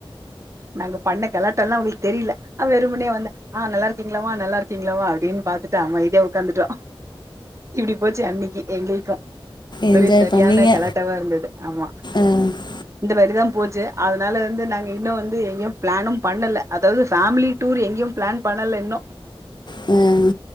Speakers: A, on the right (about 30°); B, on the left (about 50°).
A: நாங்க பண்ண கலாட்டால்லா அவுங்களுக்கு தெரில வெறுும்பன்னோ ஹ நல்லா இருக்கீங்களாமா நல்லா இருக்கீங்களாமா அப்டின்னு பாத்துட்டு அமைதியா உட்காந்துட்டோ இப்டி போச்சு அன்னிக்கு எங்களுக்கும்
B: என்ஜாய்
A: ஒரு சரியான
B: பண்ணீங்க
A: கலட்டாவா இருந்தது ஆமா
B: ஆ
A: இந்த மாதிரி தா போச்சு அதனால வந்து நாங்க இன்னோ வந்து எங்கயு பிளானு பண்ணல அதாவது ஃபேமிலி டூர் எங்கயு பிளான் பண்ணல இன்னோ
B: ம்